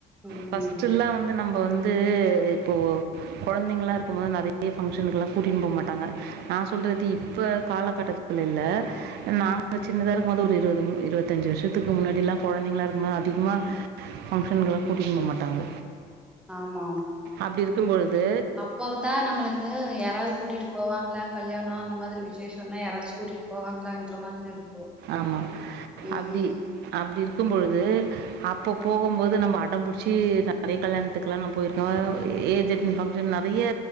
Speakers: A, in the centre; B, on the right.
A: ம்
B: ஃப்ஸ்ட்டுல்லா வந்து நம்ம வந்து இப்போ கொழந்தைங்களா இருக்கும் போது நறைய பங்க்ஷனக்குல்லா கூட்டினு போ மாட்டாங்க நா சொல்றது இப்ப காலகட்டத்துல இல்ல நாங்க சின்னதா இருக்கும்போது ஒரு இருவது இருவது இருவத்தி அஞ்சு வருஷத்துக்கு முன்னாடில்லா குழந்தைங்களா ம்மா அதிகமா ஃபங்க்ஷனுக்குலா கூட்டிடு போக மாட்டாங்க
A: ஆமா
B: அப்டி இருக்கும்போது
A: எப்ப பா நம்மளுக்கு யாராவுது கூட்டிகிட்டு போவாங்களா கல்யாணோ அந்த மாரி விசேஷோனா யாராச்சு கூட்டிட்டு போவாங்களா ன்ற மாதிரி இருக்கு
B: ஆமா.
A: ம்
B: அப்டி அப்டி இருக்கும்பொழுது அப்ப போகும்போது நம்ம அடம் புடிச்சி நறைய கல்யாண த்துக்லாம் போயிருக்க ஏஜ்அட்டன் பண்ற நறையா